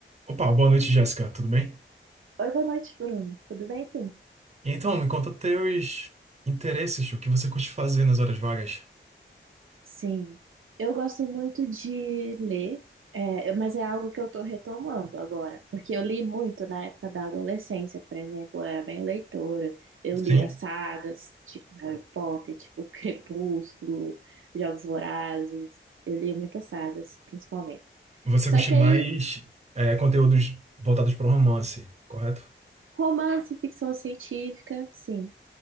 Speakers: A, on the right (about 30°); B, on the right (about 75°).
A: Opa, boa noite, Jéssica. Tudo bem?
B: Oi, boa noite, Bruno. Tudo bem, sim?
A: Então, me conta teus interesses, o que você curte fazer nas horas vagas?
B: Sim. Eu gosto muito de ler, é, mas é algo que eu estou retomando agora, porque eu li muito na época da adolescência, por exemplo, eu era bem leitora. Eu lia
A: Sim,
B: sagas, tipo Harry Potter, tipo <laughs> Crepúsculo, Jogos Vorazes. Eu lia muitas sagas, principalmente.
A: você
B: Só
A: curte
B: que
A: mais
B: aí,
A: é, conteúdos voltados para o romance, correto?
B: romance, ficção científica, sim.